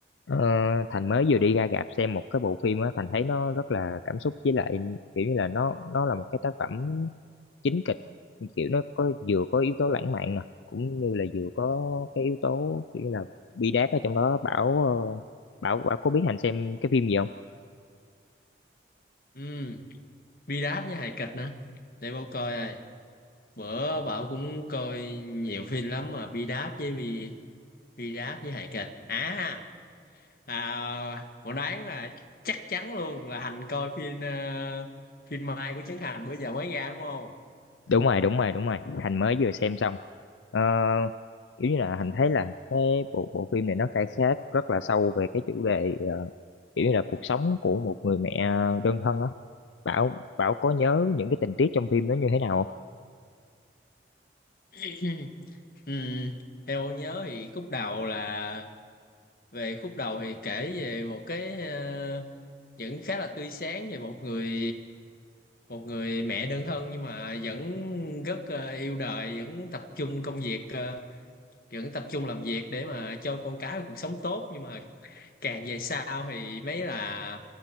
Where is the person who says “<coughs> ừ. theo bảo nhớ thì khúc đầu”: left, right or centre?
Left